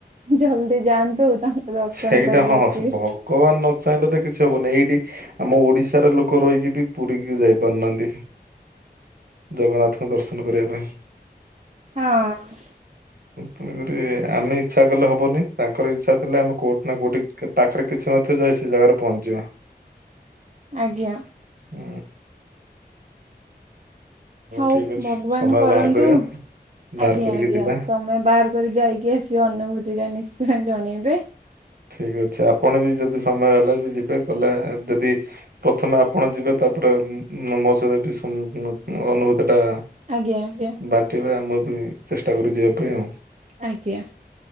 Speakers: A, on the right (about 40°); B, on the right (about 60°).
A: ଜଲଦି ଯାଆନ୍ତୁ ତାଙ୍କୁ ଦର୍ଶନ
B: ସେଇଟା
A: କରିକି
B: ହଁ
A: ଆସିବେ।
B: ସେ ଭଗବାନ ନ ଚାହିଁଲେ ତ କିଛି ହବନି ଏଇଠି। ଆମ ଓଡିଶା‌ ରେ ଲୋକ ରହିକି ବି ପୁରୀକୁ ଯାଇ ପାରୁନାହାନ୍ତି। ଜଗନ୍ନାଥଙ୍କୁ ଦର୍ଶନ କରିବା ପାଇଁ।
A: ହଁ
B: କି ଆମେ ଇଚ୍ଛା କଲେ ହବନି ତାଙ୍କର ଇଚ୍ଛା ଥିଲେ ଆମେ କୋଉଠି ନା କୋଉଠି କ ପାଖରେ କିଛି ନ ଥିବ ଯାଇ ସେ ଜାଗାରେ ପହଞ୍ଚିଯିବା।
A: ଆଜ୍ଞା।
B: ହୁଁ।
A: ହଉ
B: ଠିକ ଅଛି
A: ଭଗବାନ
B: ସମୟ
A: କରନ୍ତୁ।
B: ବାହାର କରିବା ବାହାର
A: ଆଜ୍ଞା
B: କରିକି
A: ଆଜ୍ଞା
B: ଯିବା।
A: ସମୟ ବାହାର କରି ଯାଇକି ଆସି ଅନୁଭୂତି ଟା ନିଶ୍ଚୟ ଜଣେଇବେ।
B: ଠିକ ଅଛି ଆପଣ ବି ଯଦି ସମୟ ହେଲା ବି ଯିବେ ଗଲେ ଯଦି ପ୍ରଥମେ ଆପଣ ଯିବେ ତାପରେ। ତ ମ ମ ମୋ ସହିତ ଟି କେ ସ ଅନ ଅ ଅନୁଭୂ ଏଟା
A: ଆଜ୍ଞା ଆଜ୍ଞା
B: ବାଣ୍ଟିବେ ଆମେ ବି ଚେଷ୍ଟା କରୁ ଯିବା ପାଇଁ ଆଉ।
A: ଆଜ୍ଞା